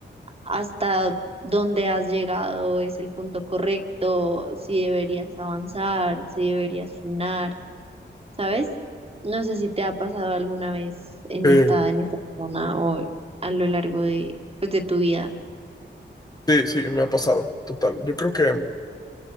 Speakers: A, on the right (about 30°); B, on the left (about 20°).
A: hasta dónde has llegado es el punto correcto, si deberías avanzar, si deberías frenar, ¿sabes? No sé si te ha pasado alguna vez en
B: Eh,
A: esta, en esta zona o a lo largo de, pues, de tu vida.
B: sí, sí, me ha pasado, total. Yo creo que a